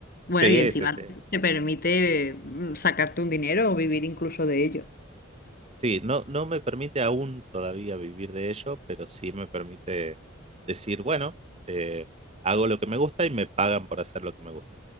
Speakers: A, on the left; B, on the right.
A: Bueno,
B: Sí,
A: y encima
B: sí, sí.
A: te permite mm, sacarte un dinero o vivir incluso de ello.
B: Sí, no, no me permite aún todavía vivir de ello, pero sí me permite decir, bueno, eh, hago lo que me gusta y me pagan por hacer lo que me gusta.